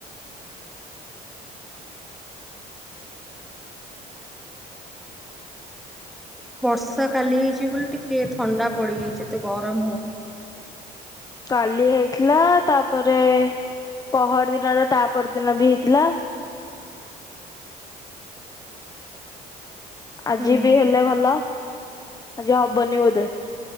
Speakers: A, in the centre; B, on the left.
A: ବର୍ଷା କାଲି ହେଇଛି ବୋଲି ଟିକେ ଥଣ୍ଡା ପଡିଯାଇଛି ଏତେ ଗରମ ହଉନି।
B: କାଲି ଥିଲା ତାପରେ ପହର ଦିନର ତାପ ଦିନ ବି ହେଇଥିଲା। ଆଜି
A: ହୁଁ
B: ବି ହେଲେ ଭଲ। ଆଜି ହବନିବୋଧେ।